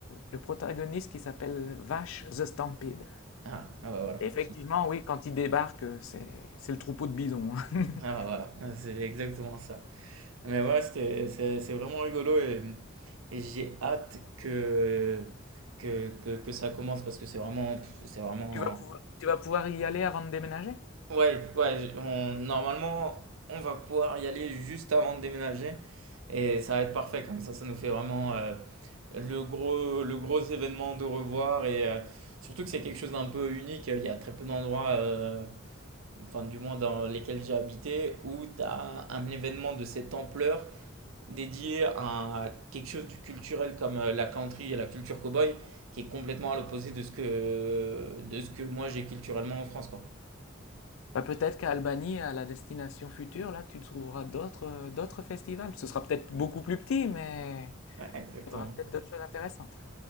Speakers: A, on the left; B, on the right.
A: le protagoniste qui s'appelle Vache the Stampede.
B: Ah, ah bah voilà.
A: Et Effectivement, oui, quand ils débarquent, euh, c'est c'est le troupeau de bisons. hein. <laughs>
B: Ah bah voilà. Ah, C'est exactement ça. Mais ouais, c'était, c'est, c'est vraiment rigolo et, et j'ai hâte que, que, que, que ça commence parce que c'est vraiment, pff, c'est vraiment
A: Tu vas pouvoir, tu vas pouvoir y aller avant de déménager?
B: Ouais, ouais, j- on, normalement, on va pouvoir y aller juste avant de déménager et ça va être parfait comme ça, ça nous fait vraiment euh, le gros, le gros événement de revoir et euh, surtout que c'est quelque chose d'un peu unique. Il y a très peu d'endroits, euh, enfin du moins dans lesquels j'ai habité, où tu as un événement de cette ampleur dédié à quelque chose du culturel comme euh, la country et la culture cowboy qui est complètement à l'opposé de ce que, de ce que moi j'ai culturellement en France, quoi.
A: Bah, peut-être qu'à Albanie, à la destination future, là, tu trouveras d'autres euh, d'autres festivals. Ce sera peut-être beaucoup plus petit, mais
B: Ouais, exactement.
A: il y aura peut-être d'autres choses intéressantes.